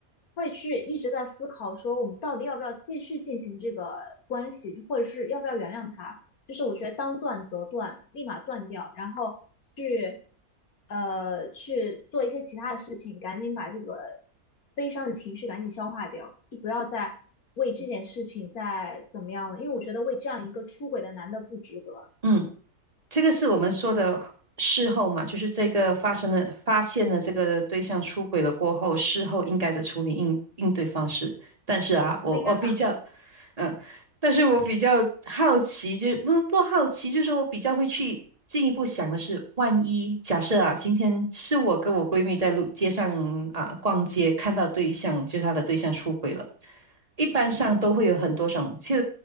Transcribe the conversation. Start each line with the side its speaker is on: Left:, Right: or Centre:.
Left: 会去一直在思考说我们到底要不要继续进行这个关系，或者是要不要原谅他。就是我觉得当断则断，立马断掉，然后去呃去做一些其他的事情，赶紧把这个悲伤的情绪赶紧消化掉，就不要再为这件事情再怎么样了，因为我觉得为这样一个出轨的男的不值得，
Right: 嗯。这个是我们说的事后嘛，就是这个发生了，发现了这个对象出轨了过后，事后应该的处理应应对方式。但是啊，我我比较，
Left: 不应该
Right: 嗯，但是我比较好奇，就是不不好奇，就是说我比较会去进一步想的是，万一假设啊，今天是我跟我闺蜜在路街上啊逛街，
Left: 把我，
Right: 看到对象，就是她的对象出轨了。一般上都会有很多种，
Left: 嗯
Right: 就